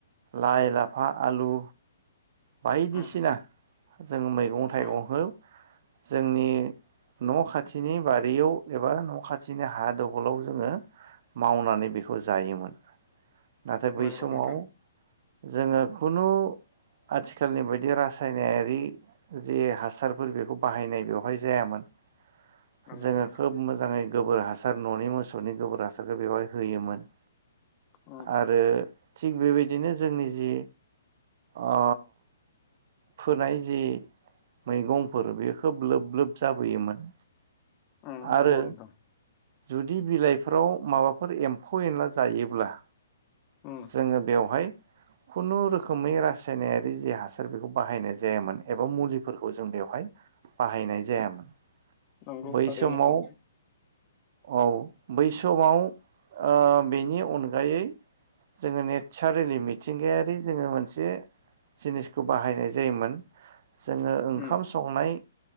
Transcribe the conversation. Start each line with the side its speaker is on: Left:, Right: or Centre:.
Right: लाइ-लाफा, आलु बायदिसिना
Left: उम
Right: जों मैगं थाइगंखौ
Left: उम
Right: जोंनि न' खाथिनि बारियाव एबा न' खाथिनि हा दबलाव जोङो मावनानै बेखौ जायोमोन। नाथाय बै
Left: नंगौ
Right: समाव
Left: नोंथां
Right: जोङो खुनु आथिखालनि बायदि रासायनारि जे हासारफोर बेखौ बाहायनाय बेवहाय जायामोन।
Left: नंगौ
Right: जोङो
Left: नोंथां
Right: खोब मोजाङै गोबोर हासार न'नि मोसौनि गोबोर हासारखौ बेवहाय होयोमोन।
Left: उम
Right: आरो थिग बेबायदिनो जोंनि जि अ फोनाय जि मैगंफोर बे खोब लोब लोब जाबोयोमोन।
Left: उम
Right: आरो
Left: नंगौ नोंथां।
Right: जुदि बिलाइफोराव माबाफोर एम्फौ एनला जायोब्ला
Left: उम
Right: जोङो बेवहाय खुनुुरोखोमै रासायनारि जि हासार बेखौ बाहायनाय जायामोन एबा मुलिफोरखौ जों बेवहाय बाहायनाय जायामोन।
Left: नांगौ
Right: बै
Left: थारैनो
Right: समाव
Left: नोंथां।
Right: औ बै समाव ओ बेनि अनगायै जोङो नेसारेलि मिथिंगायारि जोङो मोनसे जिनिसखौ बाहायनाय जायोमोन जोङो ओंखाम
Left: उम
Right: संनाय